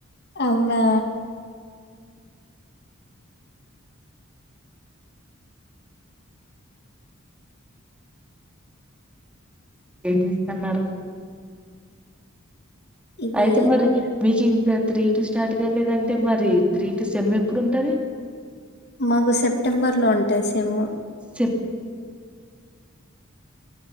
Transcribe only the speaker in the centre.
ఏం చేస్తన్నారు
అయితే మరి మీకు ఇంకా త్రీ టు స్టార్ట్ కాలదంటే మరి త్రీ టు సెమ్ ఎప్పుడు ఉంటది
చెప్